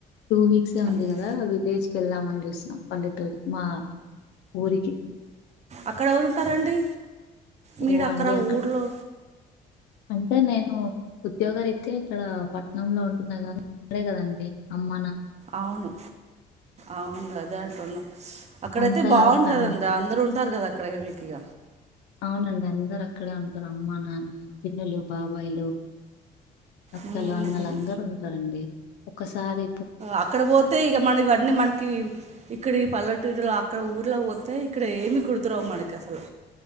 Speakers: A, on the left; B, on the right.
A: టూ వీక్సే ఉంది
B: అంతే
A: కదా విలేజ్ కెల్దం అన్ జుస్తున్నాం పల్లెటూరికి మా ఊరికి
B: అక్కడ ఎవరు ఉంటారండి మీడ
A: ఓ
B: అక్కడ
A: అండి
B: ఊళ్ళో
A: అంటే నేను ఉద్యోగరీత ఇక్కడ పట్నంలో ఉంటున్నా కాగానీ అక్కడే కదండి అమ్మా
B: అవును అవును అదే అంటున్నా అక్కడైతే
A: అంతా
B: బాగుంటంది
A: ఫ్యామిలీ
B: అందరుూ ఉంటారు కదా కడగ బెట్టి ఇగ
A: అవునండి అందరు అక్కడే ఉంటారు అమ్మ నాన్న పిన్నలు బాబాయిలు అక్కలు
B: ఉమ్
A: అన్నలు అందరుూ ఉంటారండి ఒకసారి
B: అక్కడ పోతే ఇక మన ఇవన్నీ మనకి ఇక్కడ ఈ పల్లెటూరులో అక్కడ ఊర్లో పోతే అయితే ఇక్కడ ఏమీ గుర్తురావు మనకి అసలు